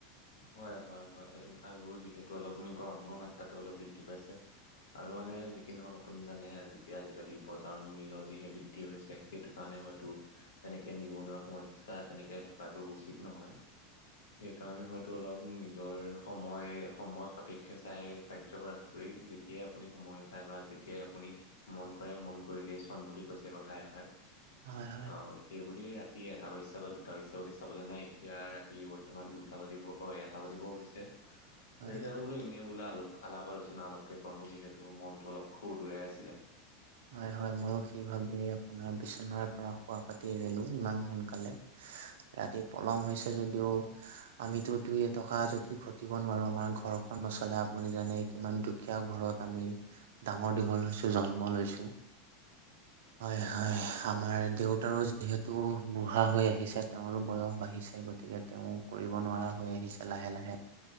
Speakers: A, on the left; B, on the right.
A: হয় হয় হয় আৰু যিহেতু অলপ গৰমৰ মাত্ৰাটো অলপ বৃদ্ধি পাইছে আৰু মানে যি কি নহওক আপুনি জানে যি আজিকালি বজাৰৰ মূল্য যিহে বৃদ্ধি হৈছে সেইটো কাৰণে হয়তো এনেকে নিবনুৱা সমস্যা তেনেকে থকাটো উচিত নহয়। সেইকাৰণে হয়। অলপ নিজৰ সময় সময় সাপেক্ষে চাই কাৰ্য কৰাতকৈ যেতিয়াই আপুনি সময় পাই বা যেতিয়াই আপুনি মন কৰে মন কৰিলেই চন বুলি কৈছে কথা এষাৰ
B: হয় হয়
A: অ সেইবুলি ৰাতি এটা বাজিছা বা দুটা বাজিছা বুলি চাবলে নাই এতিয়া ৰাতি বৰ্তমান দুটা বাজিব। হয় এটা বাজিব হৈছে
B: হয়
A: সেই কাৰণে বোলো এনেই বোলে অলপ আলাপ আলোচনা অলপকে কৰো যিহেতু মনটো অলপ খুৰ দুৰাই আছিলে।
B: হয় হয় ময়ো সেই ভাবেই আপোনাৰ বিচনাৰ পৰা শুৱা পাতি এৰিলো ইমান সোনকালে ৰাতি পলম হৈছে যদিও আমিতো দুই এটকা যদি ঘটিব নোৱাৰো আমাৰ ঘ ঘৰখন নচলে আপুনি জানে কিমান দুখীয়া ঘৰত আমি ডাঙৰ দীঘল হৈছো জন্ম লৈছো। হয় হয়। আমাৰ দেউতাৰো যিহেতু বুঢ়া হৈ আহিছে তেওঁৰো বয়স বাঢ়িছে। গতিকে তেওঁ কৰি দ নোৱাৰা হৈ আহিছে লাহে লাহে।